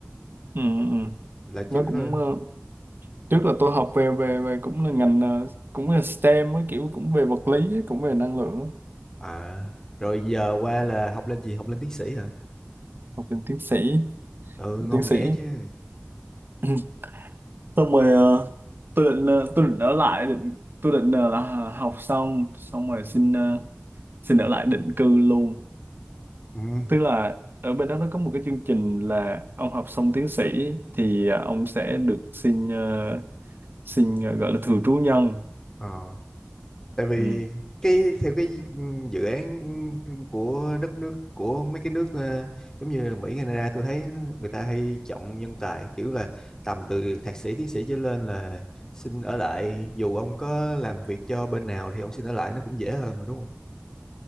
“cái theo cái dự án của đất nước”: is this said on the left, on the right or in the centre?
Left